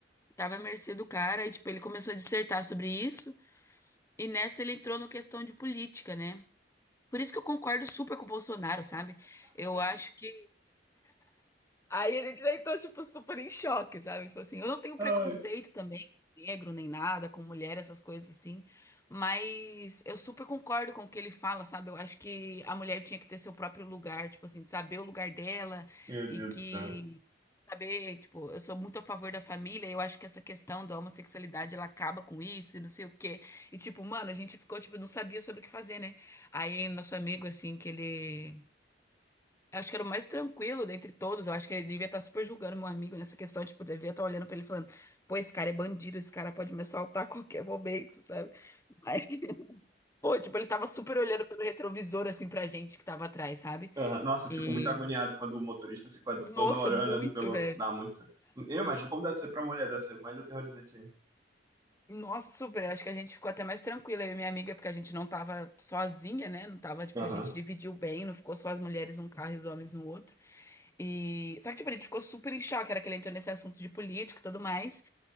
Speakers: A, on the left (about 15°); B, on the right (about 20°).
A: Tava à mercê do cara e, tipo, ele começou a dissertar sobre isso e nessa ele entrou na questão de política, né? Por isso que eu concordo super com o Bolsonaro, sabe? Eu acho que Aí ele já entrou, tipo, super em choque, sabe? Tipo assim, eu não tenho
B: Ai,
A: preconceito também, negro nem nada, com mulher, essas coisas assim. Mas eu super concordo com o que ele fala, sabe? Eu acho que a mulher tinha que ter seu próprio lugar, tipo assim, saber o lugar dela
B: meu Deus
A: e que.
B: do céu.
A: Saber, tipo, eu sou muito a favor da família, eu acho que essa questão da homossexualidade ela acaba com isso e não sei o quê. E, tipo, mano, a gente ficou, tipo, não sabia sobre o que fazer, né? Aí, nosso amigo, assim, que ele, eu Acho que era o mais tranquilo dentre todos. Eu acho que ele devia estar super julgando meu amigo nessa questão. Tipo, devia estar olhando pra ele e falando: pô, esse cara é bandido, esse cara pode me assaltar a qualquer momento, sabe? Mas, <laughs> pô, tipo, ele tava super olhando pelo retrovisor, assim, pra gente que tava atrás, sabe?
B: Aham. Nossa, eu
A: E,
B: fico muito agoniado quando o motorista fica toda
A: nossa,
B: hora
A: muito,
B: olhando pelo.
A: velho.
B: Dá muito. Eu imagino como deve ser pra mulher, deve ser mais aterrorizante ainda.
A: Nossa, super. Eu acho que a gente ficou até mais tranquila, eu e minha amiga, porque a gente não tava sozinha, né? Não tava, tipo,
B: Aham.
A: a gente dividiu bem, não ficou só as mulheres num carro e os homens no outro. E, só que, tipo, a gente ficou super em choque, era que ele entrou nesse assunto de política e tudo mais.